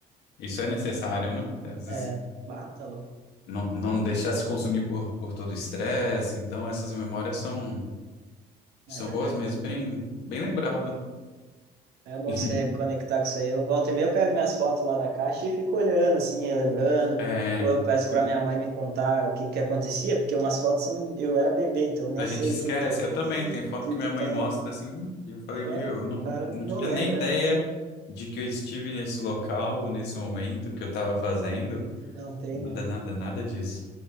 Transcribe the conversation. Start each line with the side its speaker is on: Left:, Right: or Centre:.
Left: isso é necessário, né? Às vezes
Right: É, bah, tá louco.
Left: não, não deixar se consumir por, por todo o estresse, então essas memórias são, são
Right: É verdade.
Left: boas mesmo, bem, bem lembrado.
Right: É bom
Left: <laughs>
Right: se reconectar com isso aí. Eu volto e meia, eu pego minhas fotos lá da caixa e fico olhando, assim, relembrando.
Left: É,
Right: Ou eu peço para
Left: e
Right: minha mãe me contar o que que acontecia, porque umas fotos são... eu era bebê, então eu nem
Left: a gente
Right: sei
Left: esquece,
Right: o que que,
Left: eu também, tem foto
Right: que,
Left: que
Right: que
Left: minha
Right: tá.
Left: mãe mostra assim, e eu falei,
Right: Ah,
Left: meu,
Right: o
Left: eu não,
Right: cara
Left: não
Right: não
Left: tinha
Right: lembra,
Left: nem ideia
Right: né?
Left: de que eu estive nesse local, nesse momento, que eu estava fazendo,
Right: Não tem,
Left: nada,
Right: né?
Left: nada, nada disso.